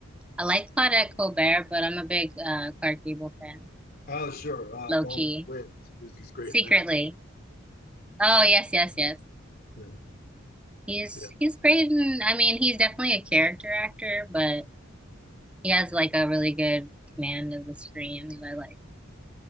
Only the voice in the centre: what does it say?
I like Claudette Colbert, but I'm a big uh Clark Gable fan.
Low
key.
Secretly.
Oh, yes, yes, yes.
He's
he's great and I mean, he's definitely a character actor, but he has like a really good command of the screen that I like.